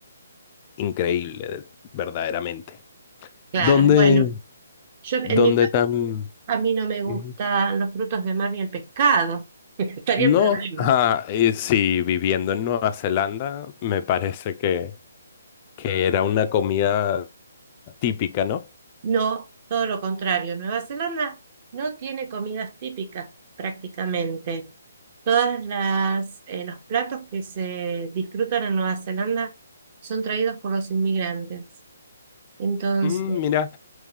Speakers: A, on the left; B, on the right.
A: increíble, verdaderamente.
B: claro.
A: ¿Dónde,
B: Bueno, yo en
A: dónde
B: mi caso
A: tan...?
B: a mí no me gustan
A: Ujú.
B: los frutos de mar ni el pescado. <laughs> Estaría
A: No,
B: en problemas.
A: ah, y sí, viviendo en Nueva Zelanda, me parece que, que era una comida típica, ¿no?
B: No, todo lo contrario. Nueva Zelanda no tiene comidas típicas prácticamente. Todas las eh, los platos que se disfrutan en Nueva Zelanda son traídos por los inmigrantes. Entonces,
A: Mm, mira,